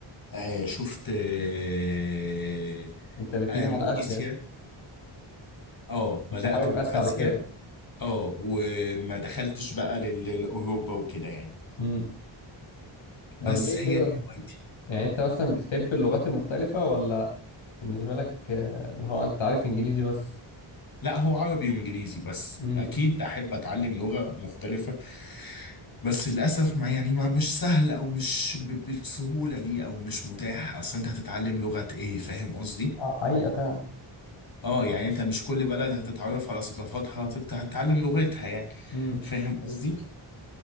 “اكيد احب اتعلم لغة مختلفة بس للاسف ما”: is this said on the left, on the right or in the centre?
Left